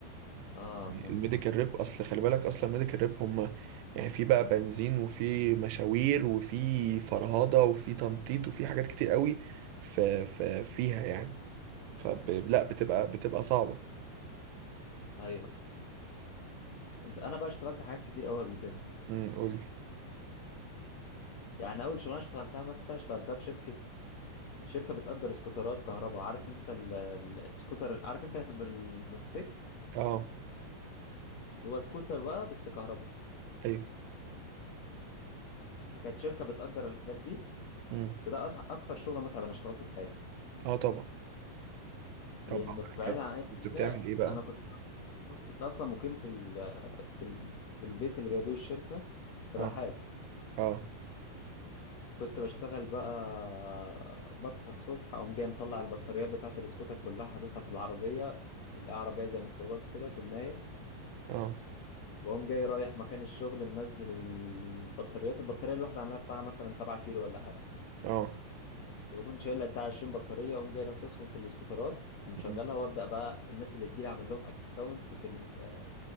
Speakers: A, on the left (about 75°); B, on the right (about 90°).
A: اه فهمت
B: الميديكال ريب اصل خلي بالك اصلا الميديكال ريب هم يعني في بقى بنزين وفي مشاوير وفي فرهضه وفي تنطيط وفي حاجات كتير قوي ف ف فيها يعني فب لا بتبقى بتبقى صعبه
A: ايوه انت- انا بقى اشتغلت حاجات كتير قوي قبل كده
B: امم قول لي
A: يعني اول شغلانه اشتغلتها مثلا اشتغلتها في شركه شركه بتأجر سكوترات كهرباء عارف انت ال- ال- السكوتر عارف انت بالموتوسيكل
B: اه
A: هو سكوتر بقى بس كهرباء
B: ايوه
A: فكانت شركه بتأجر الحاجات دي
B: امم
A: بس ده أت- اكتر شغل متعب انا اشتغلته في حياتي
B: اه طبعا طبعا
A: لان
B: بعد
A: بعيد
B: كده
A: عن اي
B: كنت بتعمل
A: حاجه
B: ايه بقى
A: انا كنت أص- كنت اصلا مقيم في ال في ال في البيت اللي جايبيه الشركه في الرحاب
B: اه اه
A: كنت بشتغل بقى بصحى الصبح اقوم جاي مطلع البطاريات بتاعت السكوتر كلها حاططها في العربيه العربيه زي ميكروباص كده تمنايه
B: اه
A: واقوم جاي رايح مكان الشغل منزل البطاريات البطاريه الواحده عاملاها بتاع مثلا 7 كيلو ولا حاجه
B: اه
A: بكون شايل لها بتاع 20 بطاريه اقوم جاي راصصهم في الاسكوترات ومشغلها
B: مم.
A: وابدا بقى الناس اللي تجيلي اعمل لهم اكونت في ال-